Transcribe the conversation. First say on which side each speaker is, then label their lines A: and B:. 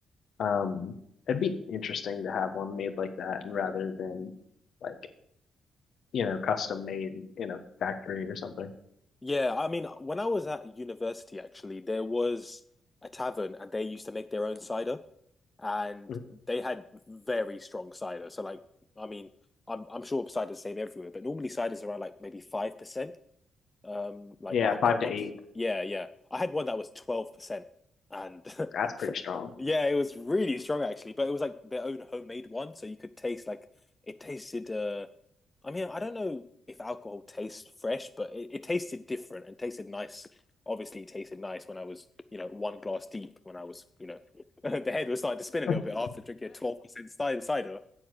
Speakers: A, on the left; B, on the left.
A: Um it'd be interesting to have one made like that and rather than like, you know, custom made in a factory or something.
B: Yeah, I mean, when I was at university, actually, there was a tavern and they used to make their own cider and
A: Mhm.
B: they had very strong cider. So like, I mean, I'm I'm sure cider's the same everywhere, but normally cider's around like maybe 5%, um, like
A: Yeah,
B: alcohol
A: five to
B: content.
A: eight.
B: Yeah, yeah. I had one that was 12% and
A: That's pretty
B: <laughs>
A: strong.
B: yeah, it was really strong actually, but it was like their own homemade one, so you could taste like it tasted uh, I mean, I don't know if alcohol tastes fresh, but it, it tasted different and tasted nice. Obviously, it tasted nice when I was, you know, one glass deep. When I was, you know, <laughs> the head was starting to spin a
A: <laughs>
B: little bit after drinking twelve percent cider.